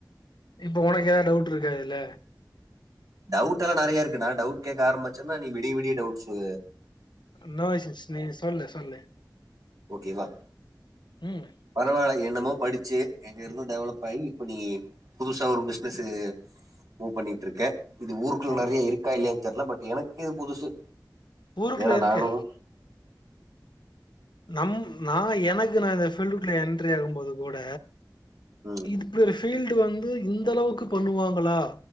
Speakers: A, on the left; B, on the right.
A: இப்போ உனக்கு எதா டவுட் இருக்கா இத்ல
B: டவுட் எல்லா நரையா இருக்கு நா டவுட் கேக்க ஆரம்பச்சன்னா நீ விடி விடிய டவுட்ஸு
A: என்னா விஷ்யஸ் நீ சொல்லு சொல்லு
B: ஓகேவா
A: உம்
B: பரவால்ல என்னமோ படிச்சு எங்க இருந்தோ டெவலப் ஆயி இப்ப நீ புதுசா ஒரு பிசினஸூ மூவ் பண்ணிட்ருக்க இது ஊருக்குள்ள
A: ஆமா
B: நறையா இருக்கா இல்லயான் தெர்ல பட் எனக்கு இது புதுசு
A: ஊருக்குல்ல
B: ஏன்னா
A: இருக்கு
B: நானும்
A: நம் நா எனக்கு நா இந்த ஃபீல்டுகுள்ள என்ட்ரி ஆகுபோது கூட
B: ம்
A: இதுக் இப்டி ஒரு ஃபீல்டு வந்து இந்த அளவுக்கு பண்ணுவாங்ளா